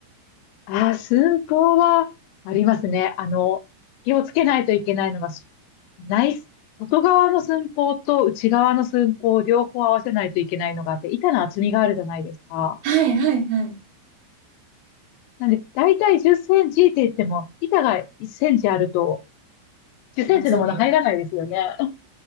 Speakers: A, on the left; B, on the right.
A: ああ、寸法はありますね。あの、気をつけないといけないのが、す内、外側の寸法と内側の寸法を両方合わせないといけないのがあって、板の厚みがあるじゃないですか。
B: はいはいはい。
A: なんで、だいたい10センチって言っても、板が1センチあると、10センチのもの入らないですよね。
B: 厚みが。
A: <laughs>